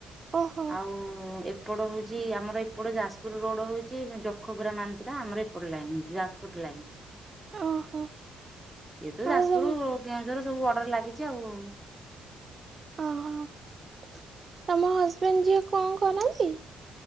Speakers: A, on the right; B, in the centre.
A: ଓହୋ
B: ଆଉ ଏପଟ ହଉଛି ଆମର ଏପଟ ଯାଜପୁର ପୁର୍ ରୋଡ ହଉଛି ଯଖପୁରା ମାନ୍ତ୍ରା ଆମର ଏପଟ ଲାଇନ ହେଉଛି ଯାଜପୁର ଲାଇନ୍।
A: ଓହୋ
B: ଏଇ ତ
A: ଆଉ
B: ଯାଜପୁର
A: ତମ
B: କେଉଁଝର ସବୁ ବର୍ଡର ଲାଗିଛି ଆଉ
A: ଓହୋ, ତମ ହଜବେଣ୍ଡ ଝିଅ କଣ କରନ୍ତି?